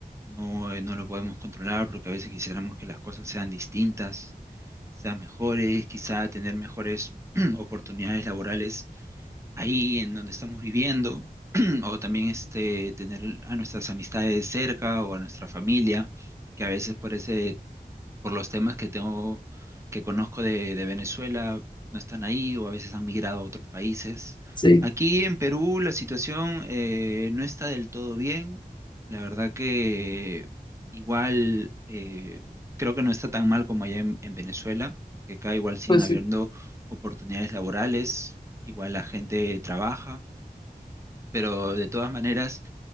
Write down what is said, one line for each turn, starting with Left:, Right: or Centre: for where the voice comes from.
Right: no, eh, no lo podemos controlar porque a veces quisiéramos que las cosas sean distintas, sean mejores, quizá tener mejores <clears throat> oportunidades laborales ahí en donde estamos viviendo, <clears throat> o también este, tener a nuestras amistades cerca o a nuestra familia, que a veces por ese por los temas que tengo, que conozco de, de Venezuela, no están ahí o a veces han migrado a otros países.
Left: Sí,
Right: Aquí en Perú la situación eh, no está del todo bien. La verdad que igual eh, creo que no está tan mal como allá en, en Venezuela, porque acá igual siguen
Left: pues
Right: habiendo
Left: sí,
Right: oportunidades laborales, igual la gente trabaja, pero de todas maneras...